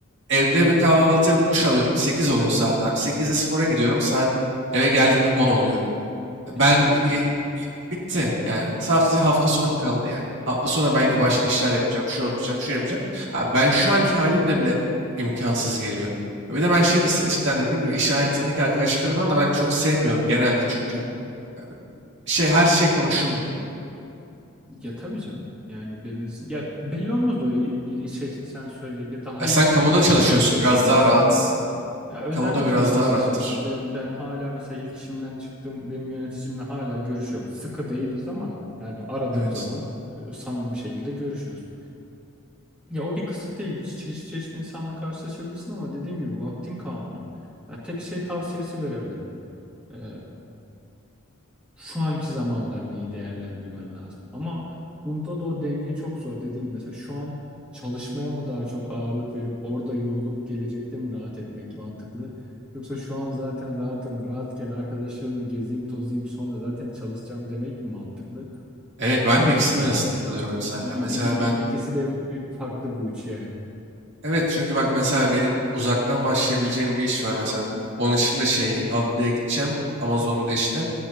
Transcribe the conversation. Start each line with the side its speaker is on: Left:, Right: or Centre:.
Right: Evde bir kahvaltı yapıp duş alıyorum. 8 oluyor saat abi. Sekizde spora gidiyorum. Saat eve geldiğimde 10 oluyor. Ben
Centre: Bitti zaten.
Right: e, e, bitti. Yani sadece hafta sonum kaldı yani. Hafta sonu belki
Centre: Aynen
Right: başka
Centre: öyle.
Right: işler yapacağım. Şu yapacağım, şu yapacağım. Ha, ben şu anki halimle bile imkansız geliyor. Bir de ben şey de se- cidden dediğim gibi iş hayatındaki arkadaşlıkları falan da ben çok sevmiyorum genelde. Çünkü e, şey her şey konuşulmuyor.
Centre: Ya tabii canım. Yani belirsin. Ya belli olmaz o iyi bir şey sen söyle. Ya daha
Right: Ya
Centre: iyi
Right: sen
Centre: birileriyle
Right: kamuda çalışıyorsun
Centre: de karşılaşabilirsin.
Right: biraz daha rahat.
Centre: Ya özelde
Right: Kamuda biraz
Centre: de karşılaşabilirsin.
Right: daha rahattır.
Centre: Ben ben hala mesela ilk işimden çıktım. Benim yöneticimle hala görüşüyorum. Sıkı değiliz ama yani aradığım
Right: Evet.
Centre: zaman e, samimi bir şekilde görüşürüz. Ya o bir kısıt değil. Çeşit çeşit insanla karşılaşabilirsin ama dediğin gibi vaktin kalmıyor. Ha, tek şey tavsiyesi verebilirim. Ee, şu anki zamanlarını iyi değerlendirmen lazım. Ama bunda da o denge çok zor. Dediğim gibi mesela şu an çalışmaya mı daha çok ağırlık verip orada yorulup gelecekte mi rahat etmek mantıklı? Yoksa şu an zaten rahatım, rahatken arkadaşlarımla gezeyim, tozayım sonra zaten çalışacağım demek mi mantıklı?
Right: Evet ben
Centre: Bilmiyorum
Right: de ikisinin
Centre: onu
Right: arasında
Centre: ya.
Right: kalıyorum hep zaten.
Centre: İ- i-
Right: Mesela
Centre: i-
Right: ben
Centre: i- İkisi de farklı bu uç yani.
Right: Evet çünkü bak mesela benim uzaktan başlayabileceğim bir iş var mesela. Onun için de şey haftaya gideceğim Amazon'da işte.